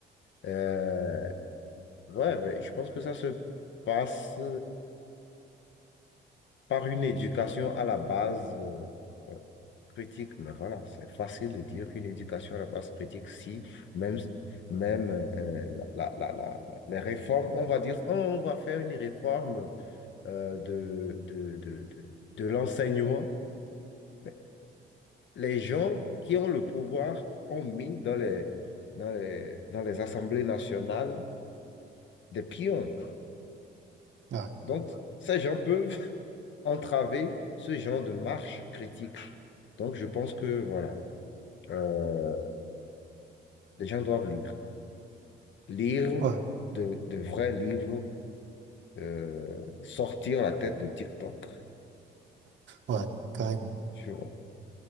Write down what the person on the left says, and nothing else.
Euh, ouais, ben, je pense que ça se passe par une éducation à la base euh, euh, critique. Mais voilà, c'est facile de dire qu'une éducation à la base critique, si même, même euh, la, la- la- la- les réformes, on va dire, Oh, on va faire une réforme euh, de, de, de, de, de l'enseignement. Mais les gens qui ont le pouvoir ont mis dans les, dans les, dans les assemblées nationales des pions.
Donc, ces gens peuvent <laughs> entraver ce genre de marche critique. Donc, je pense que, voilà, euh, les gens doivent lire. Lire
de, de vrais livres, euh, sortir la tête de TikTok.
Tu vois,